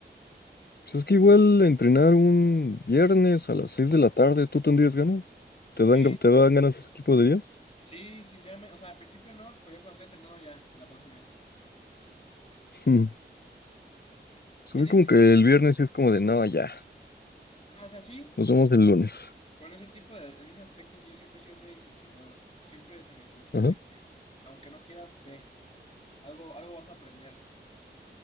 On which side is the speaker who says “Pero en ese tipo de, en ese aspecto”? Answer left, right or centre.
Left